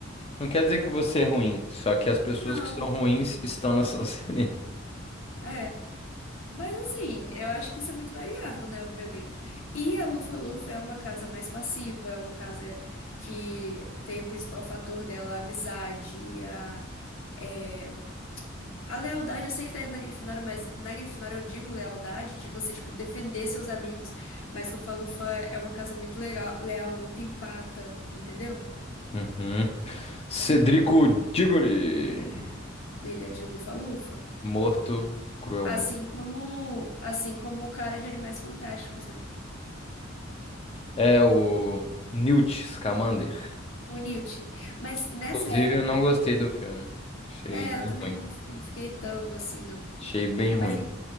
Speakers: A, on the left; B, on the left.
A: Não quer dizer que você é ruim, só que as pessoas
B: Não,
A: que são ruins estão na <laughs> Sonserina.
B: é. Mas assim, eu acho que isso é muito variável, né? Obviamente. E a Lufa-Lufa é uma casa mais passiva, é uma casa que tem o principal fator dela a amizade, a, é, a lealdade. Eu sei que tá indo na Grifinória, mas na Grifinória eu digo lealdade, de você, tipo, defender seus amigos. Mas Lufa-Lufa é uma casa muito legal, leal, muito empata, entendeu?
A: Uhum. Cedrico Diggory,
B: Ele é de Lufa-Lufa.
A: morto cruelmente.
B: Assim como, assim como o cara de Animais Fantásticos, né?
A: É o Newt Scamander.
B: O Newt. Mas nessa
A: Inclusive,
B: época.
A: eu não gostei do filme. Achei
B: É,
A: bem
B: eu também
A: ruim.
B: não, não fiquei tanto assim, não.
A: Achei bem ruim.
B: Mas, in-